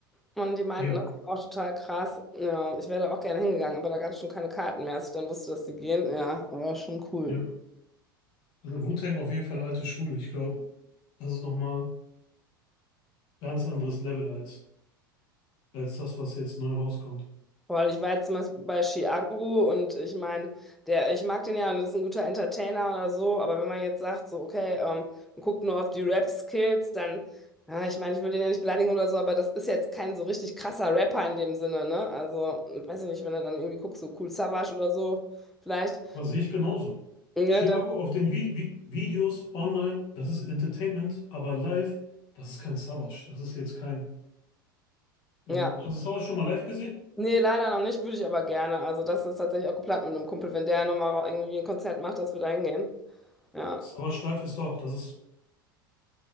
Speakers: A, in the centre; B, on the left.
A: Und die meinten,
B: ja,
A: das ist auch total krass. Ja, ich wäre da auch gerne hingegangen, aber da gab es schon keine Karten mehr, als ich dann wusste, dass die gehen. Ja, war schon cool.
B: ja. Also Wu-Tang auf jeden Fall alte Schule. Ich glaube, das ist nochmal ein ganz anderes Level als, als das, was jetzt neu rauskommt.
A: Weil ich war jetzt zum Beispiel bei Chiago und ich meine, der, ich mag den ja und das ist ein guter Entertainer oder so, aber wenn man jetzt sagt, so, okay, ähm, man guckt nur auf die Rap-Skills, dann, ja, ich meine, ich will den ja nicht beleidigen oder so, aber das ist jetzt kein so richtig krasser Rapper in dem Sinne, ne? Also, weiß ich nicht, wenn du dann irgendwie guckst, so Kool Savas oder so, vielleicht,
B: Was sehe ich genauso.
A: ne,
B: Chiago
A: dann,
B: auf den Vi Vi Videos online, das ist Entertainment, aber live, das ist kein Savas. Das ist jetzt kein. Ja,
A: ja.
B: ne, hast du Savas schon mal live gesehen?
A: Nee, leider noch nicht, würde ich aber gerne. Also, das ist tatsächlich auch geplant mit einem Kumpel, wenn der nochmal irgendwie ein Konzert macht, dass wir da hingehen. Ja.
B: Savas live ist doch, das ist,